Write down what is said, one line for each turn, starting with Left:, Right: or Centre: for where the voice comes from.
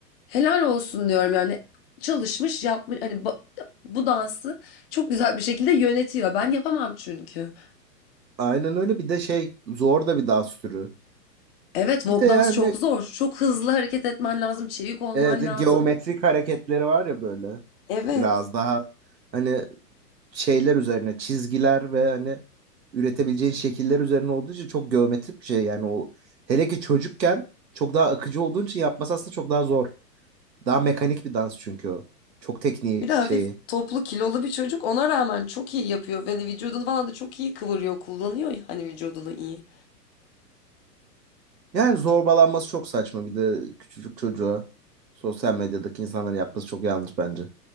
Left: Helal olsun diyorum yani. Çalışmış, yapmış hani ba- bu dansı çok güzel bir şekilde yönetiyor. Ben yapamam çünkü.
Right: Aynen öyle bir de şey zor da bir dans türü.
Left: Evet, walk
Right: Bir de yani
Left: dans çok zor. Çok hızlı hareket etmen lazım, çevik olman
Right: evet,
Left: lazım.
Right: geometrik hareketleri var ya böyle.
Left: Evet.
Right: Biraz daha Hani şeyler üzerine çizgiler ve hani üretebileceğin şekiller üzerine olduğu için çok geometrik bir şey yani o hele ki çocukken çok daha akıcı olduğun için yapması aslında çok daha zor. Daha mekanik bir dans çünkü o. Çok tekniği
Left: Bir de hafif
Right: şeyi.
Left: toplu kilolu bir çocuk ona rağmen çok iyi yapıyor. Yani vücudunu falan da çok iyi kıvırıyor, kullanıyor ya hani vücudunu iyi.
Right: Yani zorbalanması çok saçma bir de küçücük çocuğa sosyal medyadaki insanların yapması çok yanlış bence.